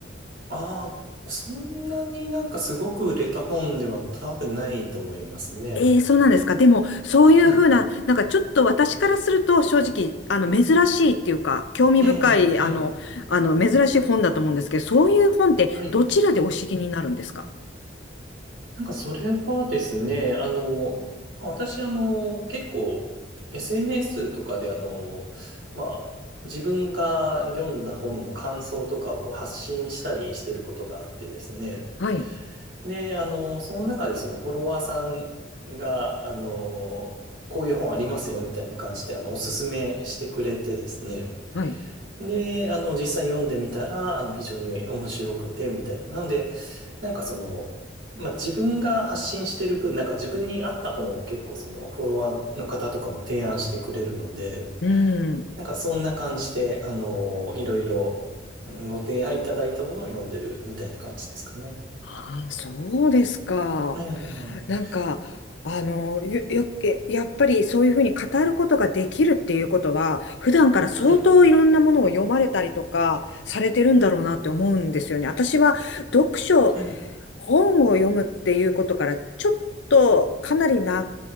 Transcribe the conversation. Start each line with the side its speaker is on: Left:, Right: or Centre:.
Right: ああ、そんなになんかすごく売れた本では多分ないと思いますね。
Left: ええそうなんですか。でも、そういうふうな、
Right: はい。
Left: なんかちょっと私からすると、正直、あの、珍しいっていうか、興味深い、
Right: ええ、ええ、
Left: あの、あの、珍しい本だと思うんですけど、そういう本って、
Right: はい。
Left: どちらでお知りになるんですか
Right: なんかそれはですね、あの、まあ私、あの、結構、SNS とかであの、まあ、自分が読んだ本の感想とかをこう発信したりしてることがあってですね。
Left: はい、
Right: で、あの、その中でそのフォロワーさんが、あの、こういう本ありますよみたいな感じで、あの、おすすめしてくれてですね。
Left: はい。
Right: で、あの、実際読んでみたら、あの、非常に面白くて、みたいな。なので、なんかその、まあ、自分が発信してる分、なんか自分に合った本を結構その、フォロワーの方とかも提案してくれるので、
Left: うん。
Right: なんかそんな感じで、あの、いろいろご提案いただいたものを読んでるみたいな感じですかね。
Left: ああ、そうですか。
Right: ええ
Left: なんか、あの、よ、よ、えやっぱりそういうふうに語ることができるっていうことは、普段から相当いろんなものを読まれたりとかされてるんだろうなって思うんですよね。
Right: はい。
Left: 私は読書、
Right: ええ
Left: 本を読むっていうことから、ちょっとかなり長